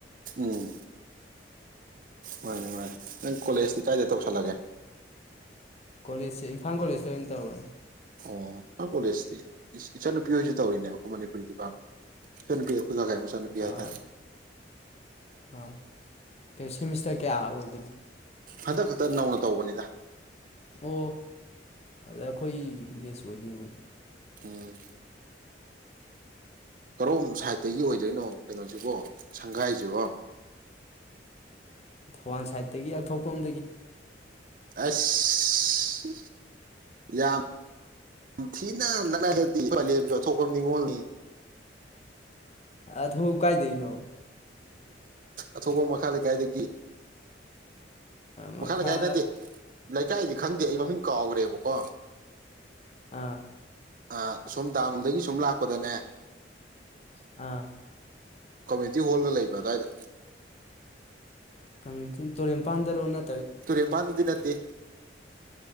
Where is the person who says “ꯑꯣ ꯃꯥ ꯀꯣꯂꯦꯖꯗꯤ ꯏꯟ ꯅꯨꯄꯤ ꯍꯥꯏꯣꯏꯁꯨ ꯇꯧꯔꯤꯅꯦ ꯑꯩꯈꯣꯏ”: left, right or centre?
Right